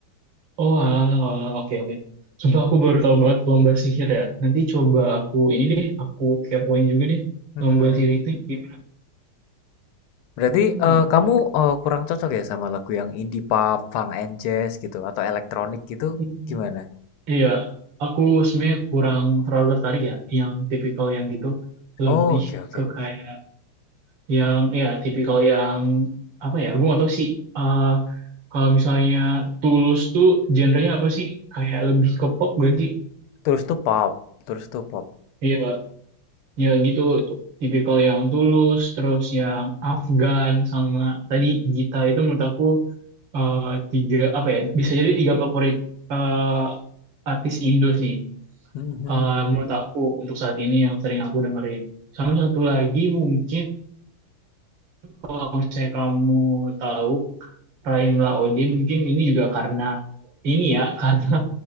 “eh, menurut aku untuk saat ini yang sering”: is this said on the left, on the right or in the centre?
Right